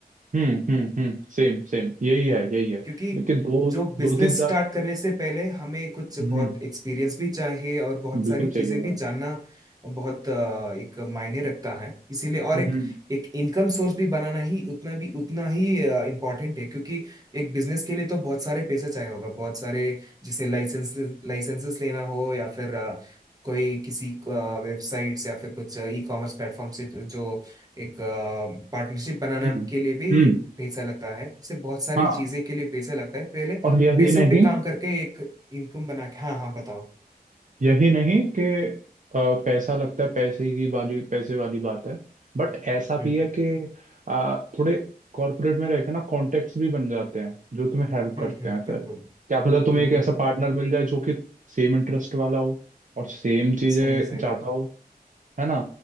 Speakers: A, on the right; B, on the right.
A: हम्म हम्म हम्म सेम सेम यही है यही है
B: क्योंकि
A: लेकिन दो
B: जो बिजनेस
A: दो तीन साल
B: स्टार्ट करने से पहले हमें कुछ
A: हम्म
B: बहुत एक्सपीरियंस भी चाहिए और बहुत
A: बिल्कुल
B: सारी चीजें
A: चाहिए
B: भी
A: वाला
B: जानना बहुत अ, एक मायने रखता है इसीलिए और
A: हम्म
B: एक एक इनकम सोर्स भी बनाना ही उतना भी उतना ही इम्पोर्टेंट है क्योंकि एक बिजनेस के लिए तो बहुत सारे पैसे चाहिए होगा बहुत सारे जैसे लाइसेंस लाइसेंसेस लेना हो या फिर अ, कोई किसी वेबसाइट्स या फिर कुछ ई कॉमर्स प्लेटफॉर्म से जो एक पार्टनरशिप बनाना
A: हम्म
B: के लिए भी
A: हम्म
B: पैसा लगता है इससे बहुत सारी
A: हाँ
B: चीजें के लिए पैसा लगता है पहले
A: और यही
B: पैसों
A: नहीं
B: पे काम करके एक इनकम बना के हाँ हाँ बताओ
A: यही नहीं कि अ, पैसा लगता है पैसे की वाली पैसे वाली बात है बट ऐसा
B: हम्म
A: भी है कि अ, थोड़े कॉर्पोरेट में रह के ना कॉन्टेक्ट्स भी बन जाते हैं जो तुम्हें हेल्प
B: हम्म
A: करते
B: हम्म
A: हैं
B: बिल्कुल
A: फिर क्या पता तुम्हें
B: बिल्कुल
A: एक ऐसा पार्टनर मिल जाए जो कि सेम इंटरेस्ट वाला हो और सेम चीजें
B: सही सही
A: चाहता
B: यार
A: हो है ना